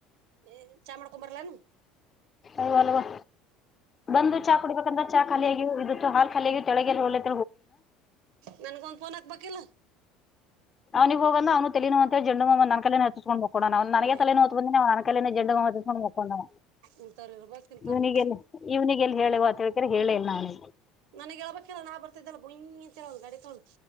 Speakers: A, on the right (about 80°); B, on the left (about 30°).
A: ಏ ಚಾಮಂಡಕಂಬರ್ಲಾನು
B: ಅಯ್ಯೋ ಅಲ್ವಾ ಬಂದು ಚಾ ಕುಡಿಬೇಕಂದ್ರ ಚಾ ಖಾಲಿಯಾಗಿ ಇತ್ತು ಹಾ ಖಾಲಿಿಯಾಗಿ ತಳಗೆಲ್ಲಿ ಹೊೋ
A: ನನ್ಗ ಒಂದ್ ಫೋನ್ ಹಾಕ್ಬೇಕಿಲ್ಲ
B: ಅವ್ನಿಗೆ ಹೋಗಂದ ನ ಅವನು ತಲನು ಅಂತ ಜಂಡುಮ್ಮ ನನ್ ಕಲೆೇ ಹಚ್ಸ್ಕೊಂಡ್ಬೇಕು ಕೊಡಣ ನ್ ನನಗೆ
A: ಹೊಡ್ಡೆ
B: ತಲಿ ನೌಲತಿದ ಆಂದುರ್ ಬಂದ ನನಕೈಲನ ಜೆಂಡ ಹೊತ್ತಿಸಕೊಂಡ್ ಹ್ೊಂಡಣ
A: ಇಂತವ್ರು ಇರ್ಬೇಕ್ ಇಂತವ್ರು
B: ಇವ್ನಿಗೆಲ್ಲಿ ಇವ್ನಿಗೆ ಎಲ್ಲಿ ಹೇಳೇತ್ ಹೇಳ್ತಾರೆ ಹೇಳೇಲ್ ನಾವ್ನಿಗೆ
A: ನನಗ್ಗೆೇಳ್ಬೇಕಲ್ಲ ನಾ ಬರ್ತಿದ್ದಲ್ಲ ಬಯಂಲ್ಲ ಒ ಗಾಡಿ ತಗೊಂಡು